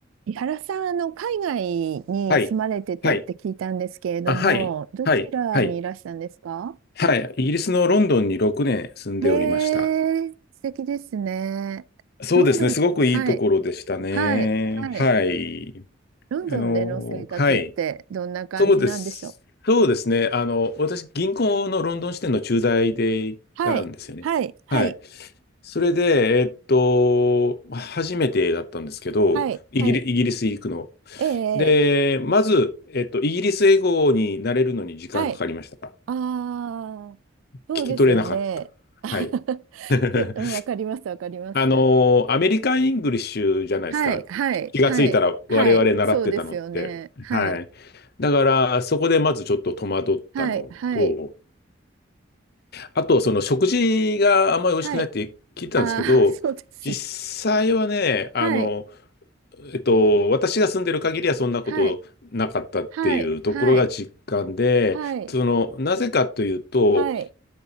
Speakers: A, on the right (about 80°); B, on the left (about 50°).
A: 井原さん、あの、海外に住まれてたって聞いたんですけれども、
B: はい。はい。あ、はい。
A: どちらにいらしたんですか
B: はい。はい。はい。イギリスのロンドンに6年住んでおりました。
A: へえ、素敵ですね。
B: そうですね。
A: ロンドン、
B: すごくいいところでしたね。
A: はい、はい、はい。
B: はい。
A: ロンドンでの生活ってどんな感じなんでしょう
B: あの、はい。そうです。そうですね。あの、私、銀行のロンドン支店の駐在で行ったんですよね。
A: はい、はい、はい、
B: はい。それで、えっと、初めてだったんですけど、
A: はい、
B: イギリ、
A: はい。
B: イギリス行くの。
A: え
B: で、
A: え、
B: まず、えっと、イギリス英語になれるのに時間かかりました。
A: はい。ああ、そうですよね。
B: 聞き取れなかった。
A: <laughs>
B: はい。<laughs>
A: ちょっと、うんわかります、わかります。
B: あのーアメリカン・イングリッシュじゃないですか。
A: はい、はい、
B: 気がついたら我々習ってたのって。
A: はい、はい、そうですよね。はい、
B: はい。だから、そこでまずちょっと戸惑ったのと、
A: はい、はい、
B: あと、その食事があんまり美味しくないって聞いたんですけど、
A: はい、ああ、<laughs> そうですね。
B: 実際はね、
A: はい、
B: あの、えっと、私が住んでる限りはそんなことなかったっていうところが実感で、
A: はい、はい、はい、はい、
B: その、なぜかというと、
A: はい、